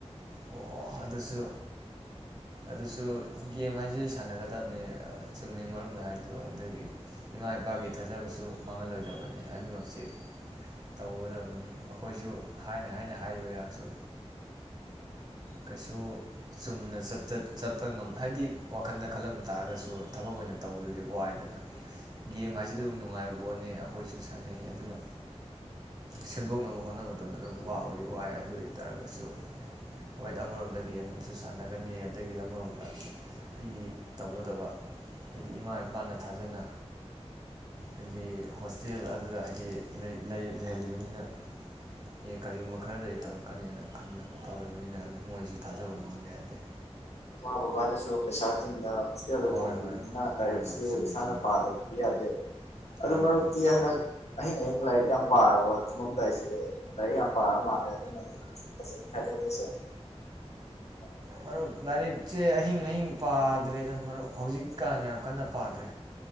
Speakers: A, on the right; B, on the left.
A: ꯑꯣꯍꯣ ꯑꯗꯨꯁꯨ ꯑꯗꯨꯁꯨ ꯒꯦꯝ ꯍꯥꯏꯁꯤꯁꯨ ꯁꯥꯟꯅꯒꯗꯕꯅꯤ ꯆꯨꯝꯃꯤ ꯃꯔꯨꯞꯅ ꯍꯥꯏꯗꯣ ꯑꯗꯒꯤ ꯏꯃꯥ ꯏꯄꯥꯒꯤ ꯊꯥꯖꯕꯁꯨ ꯃꯥꯡꯍꯜꯂꯣꯏꯗꯕꯅꯤ ꯑꯅꯤꯃꯛꯁꯤ ꯇꯧꯒꯗꯕꯅꯤ ꯑꯩꯈꯣꯏꯁꯨ ꯍꯥꯏꯅ ꯍꯥꯏꯅ ꯍꯥꯏꯔꯤꯕ ꯑꯩꯍꯥꯛꯁꯨ ꯀꯩꯁꯨ ꯆꯨꯝꯅ ꯆꯠ ꯆꯠ ꯆꯠꯄ ꯉꯝ ꯍꯥꯏꯗꯤ ꯋꯥꯈꯜꯗ ꯈꯜꯂꯝ ꯇꯥꯔꯒꯁꯨ ꯊꯕꯛ ꯑꯣꯏꯅ ꯇꯧꯕꯗꯗꯤ ꯋꯥꯏꯗꯅ ꯒꯦꯝ ꯍꯥꯏꯁꯤꯗꯤ ꯑꯗꯨꯝ ꯅꯨꯡꯉꯥꯏꯕ ꯄꯣꯠꯅꯤ ꯑꯩꯈꯣꯏꯁꯨ ꯁꯥꯟꯅꯩ ꯑꯗꯨꯅ ꯁꯦꯝꯗꯣꯛꯅꯕ ꯍꯣꯠꯅꯕ ꯃꯇꯝꯗ ꯑꯗꯨꯝ ꯋꯥꯕꯗꯤ ꯋꯥꯏ ꯑꯗꯨ ꯑꯣꯏ ꯇꯥꯔꯒꯁꯨ ꯍꯣꯏꯠ ꯑꯃꯔꯣꯝꯗ ꯒꯦꯝꯁꯨ ꯁꯥꯟꯅꯒꯅꯤ ꯑꯗꯒꯤ ꯑꯃꯔꯣꯝꯗ ꯑꯩꯒꯤ ꯇꯧꯒꯗꯕ ꯍꯥꯏꯗꯤ ꯏꯃꯥ ꯏꯄꯥꯅ ꯊꯥꯖꯅ ꯍꯥꯏꯗꯤ ꯍꯣꯁꯇꯦꯜ ꯑꯗꯨꯗ ꯍꯥꯏꯗꯤ ꯂꯩ ꯂꯩ ꯂꯩꯍꯜꯂꯤꯕꯅꯤꯅ ꯑꯦ ꯀꯔꯤꯒꯨꯝꯕ ꯈꯔꯗꯗꯤ ꯇꯧꯔꯛꯀꯅꯤꯅ ꯈꯟꯅ ꯇꯧꯔꯤꯕꯅꯤꯅ ꯑꯗꯨ ꯃꯣꯏꯁꯨ ꯊꯥꯖꯕ ꯃꯥꯡꯍꯟꯕ ꯌꯥꯗꯦ
B: ꯃꯃꯥ ꯕꯕꯥꯅꯁꯨ ꯄꯩꯁꯥ ꯇꯤꯡꯅ ꯍꯣꯁꯇꯦꯜꯗ
A: ꯍꯣꯏ
B: ꯊꯝꯕꯤꯕꯅꯤꯅ
A: ꯍꯣꯏ ꯍꯣꯏ
B: ꯂꯥꯏꯔꯤꯛꯁꯨ
A: ꯍꯣꯏ ꯍꯣꯏ ꯆꯨꯝꯃꯤ
B: ꯏꯁꯥꯅ
A: ꯆꯨꯝꯃꯤ
B: ꯄꯥꯗꯕꯗꯤ ꯌꯥꯗꯦ ꯑꯗꯨ
A: ꯍꯣꯏ
B: ꯃꯔꯨꯞꯇꯤ
A: ꯍꯣꯏ
B: ꯍꯟꯗꯛ ꯑꯍꯤꯡ ꯑꯍꯤꯡ ꯂꯥꯏꯔꯤꯛ ꯌꯥꯝ ꯄꯥꯔꯕꯣ ꯇꯨꯃꯝꯗꯥꯏꯁꯦ ꯂꯥꯏꯔꯤꯛ ꯌꯥꯝ ꯄꯥꯔ ꯃꯥꯜꯂꯦ ꯑꯗꯨꯅ ꯐꯖꯅ <unintelligible>
A: ꯃꯔꯨꯞ ꯂꯥꯏꯔꯤꯛ ꯁꯦ ꯑꯍꯤꯡ ꯑꯍꯤꯡ ꯄꯥꯗ꯭ꯔꯦꯗ ꯃꯔꯨꯞ ꯍꯧꯖꯤꯛꯀꯥꯟ ꯌꯥꯝ ꯀꯟꯅ ꯄꯥꯗ꯭ꯔꯦ